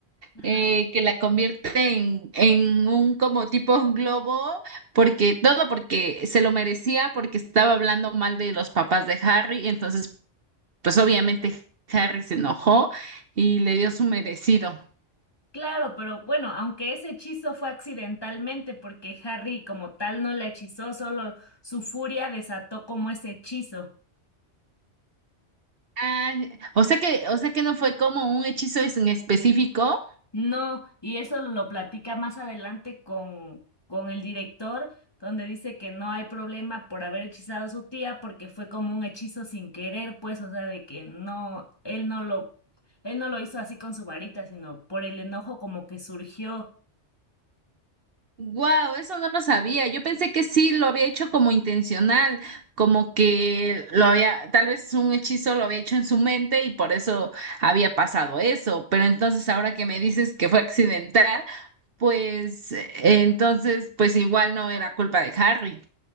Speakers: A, on the left; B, on the right.
A: Ajá.
B: eh, que la convierte en, en un como tipo globo, porque todo porque se lo merecía, porque estaba hablando mal de los papás de Harry, entonces pues obviamente Harry se enojó y le dio su merecido.
A: Claro, pero bueno, aunque ese hechizo fue accidentalmente, porque Harry como tal no la hechizó, solo su furia desató como ese hechizo.
B: Ah, o sea que, o sea que no fue como un hechizo es- en específico.
A: No, y eso lo platica más adelante con, con el director, donde dice que no hay problema por haber hechizado a su tía porque fue como un hechizo sin querer, pues, o sea, de que no, él no lo, él no lo hizo así con su varita, sino por el enojo como que surgió.
B: Wow, eso no lo sabía. Yo pensé que sí lo había hecho como intencional, como que lo había, tal vez un hechizo lo había hecho en su mente y por eso había pasado eso. Pero entonces ahora que me dices que fue accidental, pues eh, entonces, pues igual no era culpa de Harry.